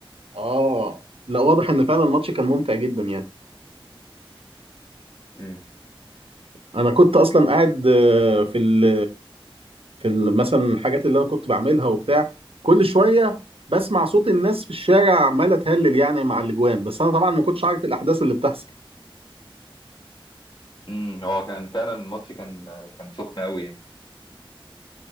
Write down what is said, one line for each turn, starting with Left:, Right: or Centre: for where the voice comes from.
Right: اه لا واضح ان فعلا الماتش كان ممتع جدا يعني
Left: امم
Right: انا كنت اصلا قاعد آه، في ال في ال مثلا الحاجات اللي انا كنت بعملها وبتاع كل شويه بسمع صوت الناس في الشارع عماله تهلل يعني مع الاجوان بس انا طبعا ما كنتش عارف إيه الاحداث اللي بتحصل
Left: امم هو كان فعلا الماتش كان كان سخن قوي يعني